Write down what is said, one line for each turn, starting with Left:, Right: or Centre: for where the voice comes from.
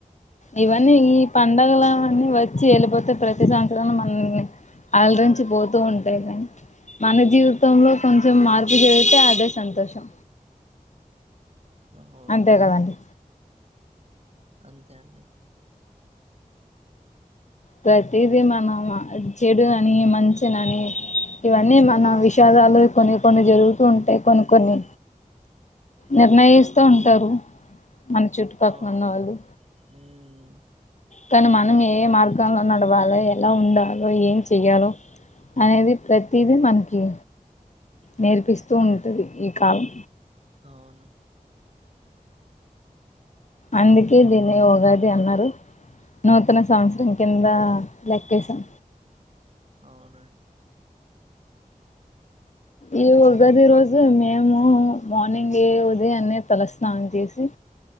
Left: ఇవన్నీ ఈ పండుగలవన్నీ వచ్చి ఎళ్ళిపోతే ప్రతి సంవత్సరంలో మనల్ని అలరించి పోతూ ఉంటాయి కాని మన జీవితంలో కొంచెం మార్పు
Right: అవునండి
Left: జరిగితే అదే సంతోషం
Right: అవును
Left: అంతే కదండి
Right: అంతే అండి
Left: ప్రతిదీ మనం చెడు అని మంచినని ఇవన్నీ మన విషాదాలు కొన్ని కొన్ని జరుగుతూ ఉంటాయి కొన్ని కొన్ని నిర్ణయిస్తూ ఉంటారు మన చుట్టుపక్కన
Right: అవునండి
Left: ఉన్నవాళ్ళు
Right: హ్మ్
Left: కానీ మనం ఏ మార్గంలో నడవాలో ఎలా ఉండాలో ఏం చెయ్యాలో అనేది ప్రతిదీ
Right: హ్మ్
Left: మనకి నేర్పిస్తూ ఉంటుది ఈ కాలం
Right: అవును
Left: అందుకే దీన్ని ఉగాది అన్నారు నూతన సంవత్సరం
Right: హ్మ్
Left: కింద లెక్కేశాం
Right: అవునం
Left: ఈ ఉగాది రోజు మేము మార్నింగే ఉదయాన్నే తలస్నానం చేసి